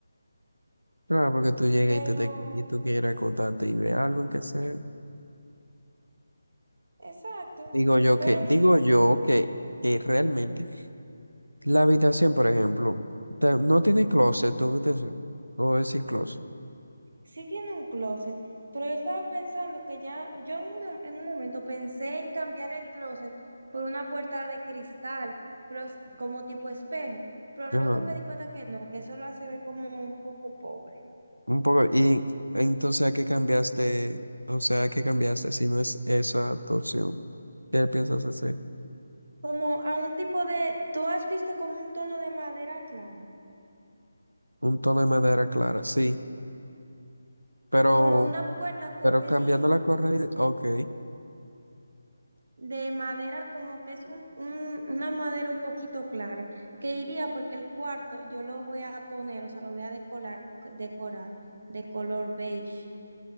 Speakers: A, on the right; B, on the right.
A: Claro, porque tú llegas
B: pero
A: y tú, te, y tú quieres acotarte y ve algo en que se...
B: exacto,
A: Digo yo
B: pero
A: que, digo
B: no tiene,
A: yo que, que realmente la habitación, por ejemplo, ta- no tiene closet, tu habitación, o es sin closet.
B: sí tiene un closet. Pero yo estaba pensando que ya, yo en un, mo- en un momento pensé en cambiar el closet por una puerta de cristal, pero s- como tipo espejo, pero
A: Ajá.
B: luego me di cuenta que no, que eso lo hace ver como un poco pobre.
A: Un poco, y entonces, ¿a qué cambiaste? O sea, ¿a qué cambiaste si no es esa tu opción? ¿Qué piensas hacer?
B: Como a un tipo de, ¿tú has visto como un tono de madera claro?
A: Un tono de madera clara, sí, pero,
B: como una puerta corrediza
A: pero cambiando la correa, ok,
B: de madera, como que es un- un- una madera un poquito clara, que iría porque el cuarto yo lo voy a poner, o sea, lo voy a decorar, decorar de color beige.